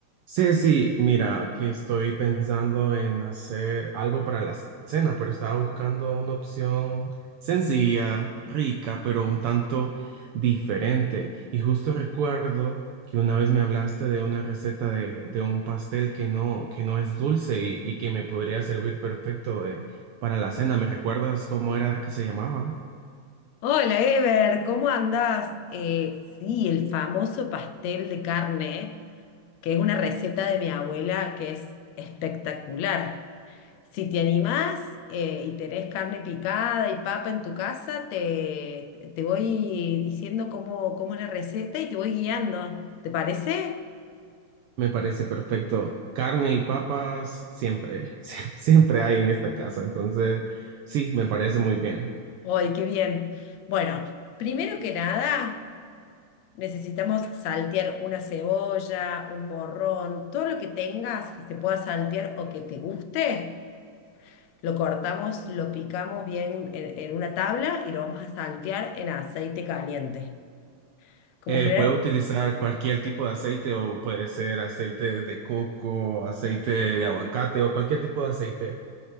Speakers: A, on the right; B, on the left.
A: Sí, sí, mira, que estoy pensando en hacer algo para la cena, pero estaba buscando una opción sencilla, rica, pero un tanto diferente. Y justo recuerdo que una vez me hablaste de una receta de, de un pastel que no, que no es dulce y, y que me podría servir perfecto de- para la cena. ¿Me recuerdas cómo era que se llamaba?
B: Hola Ever, ¿cómo andás? Eh, sí, el famoso pastel de carne, que es una receta de mi abuela que es espectacular. Si te animás eh, y tenés carne picada y papa en tu casa, te, te voy diciendo cómo, cómo es la receta y te voy guiando. ¿Te parece?
A: Me parece perfecto. Carne y papas siempre, <laughs> sie- siempre hay en esta casa. Entonces, sí, me parece muy bien.
B: ¡Ay, qué bien! Bueno, primero que nada. Necesitamos saltear una cebolla, un morrón, todo lo que tengas que se pueda saltear o que te guste, lo cortamos, lo picamos bien en, en una tabla y lo vamos a saltear en aceite caliente. Como
A: Eh,
B: generar
A: puedo utilizar cualquier tipo de aceite o puede ser aceite de coco, aceite de aguacate o cualquier tipo de aceite.